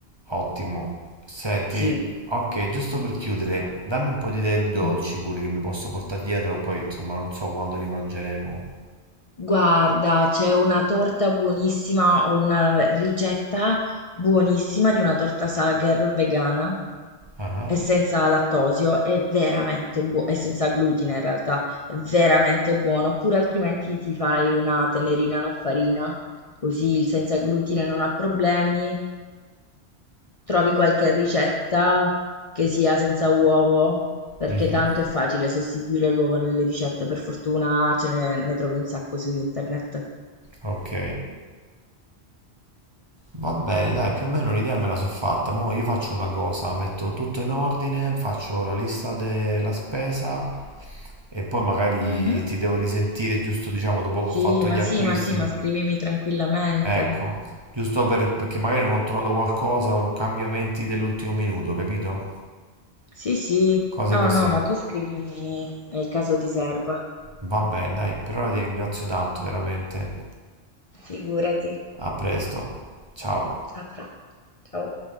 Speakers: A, on the right; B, on the left.
A: Ottimo. Senti,
B: sì.
A: ok, giusto per chiudere, dammi un po' di idee di dolci
B: Mhm.
A: pure che mi posso portare dietro, poi insomma non so quando li mangeremo.
B: Guarda, c'è una torta buonissima o una ricetta buonissima di una torta Sacher vegana
A: Ah,
B: e
A: ah.
B: senza lattosio, è veramente buono, e senza glutine in realtà, è veramente buono. Oppure altrimenti ti fai una tenerina no farina, così il senza glutine non ha problemi Trovi qualche ricetta che sia senza uovo? Perché
A: mhm,
B: tanto è facile sostituire l'uovo nelle ricette, per fortuna ce ne, ne trovi un sacco su internet.
A: Ok. Va bene, dai, più o meno l'idea me la sono fatta. Mo' io faccio una cosa, metto tutto in ordine, faccio la lista della spesa e poi magari
B: Mhm.
A: ti devo risentire giusto, diciamo, dopo
B: Sì,
A: che ho fatto
B: ma
A: gli
B: sì,
A: acquisti.
B: ma sì, ma scrivimi tranquillamente.
A: Ecco, giusto per- perché magari non ho trovato qualcosa o cambiamenti dell'ultimo minuto, capito?
B: Sì, sì,
A: Cose
B: no,
A: così.
B: no, ma tu scrivimi nel caso ti serva.
A: Vabbè, dai, per ora ti ringrazio tanto, veramente.
B: Figurati.
A: A presto. Ciao.
B: A pre- Ciao.